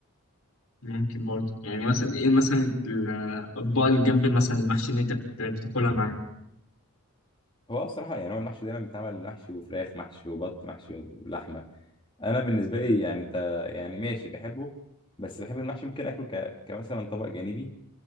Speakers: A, on the left; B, on the left.
A: ممكن برضه يعني مثلا ايه مثلا الاطباق اللي جنب مثلا المحشي اللي انت بت- بتاكلها معاه
B: هو بصراحه يعني هو المحشي دايما بيتعمل محشي وفراخ محشي وبط محشي ولحمه انا بالنسبه لي يعني انت يعني ماشي بحبه بس بحب المحشي ممكن اكله ك... كمثلا طبق جانبي